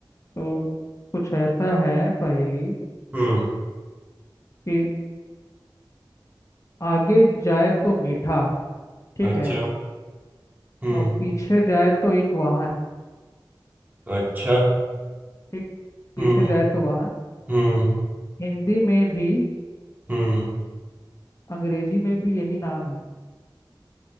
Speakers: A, on the left; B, on the right.
A: तो कुछ ऐसा है पहेली
B: हम्म
A: कि आगे जाए तो मीठा ठीक
B: अच्छा
A: है
B: हम्म
A: और पीछे जाए तो एक वाहन
B: अच्छा
A: ठीक पीछे
B: हम्म
A: जाए तो वाहन
B: हम्म
A: हिंदी में भी
B: हम्म
A: अंग्रेजी में भी यही नाम है